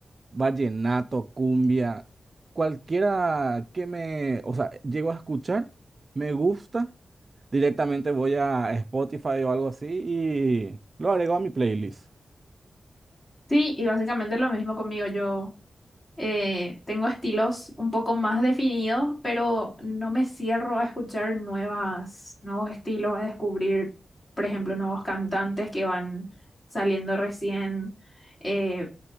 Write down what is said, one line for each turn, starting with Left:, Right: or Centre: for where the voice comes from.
Right: vallenato, cumbia, cualquiera que me, o sea, llego a escuchar, me gusta, directamente voy a Spotify o algo así y lo agrego a mi playlist.
Left: Sí, y básicamente lo mismo conmigo, yo. Eh, tengo estilos un poco más definidos, pero no me cierro a escuchar nuevas, nuevos estilos, a descubrir, por ejemplo, nuevos cantantes que van saliendo recién. eh,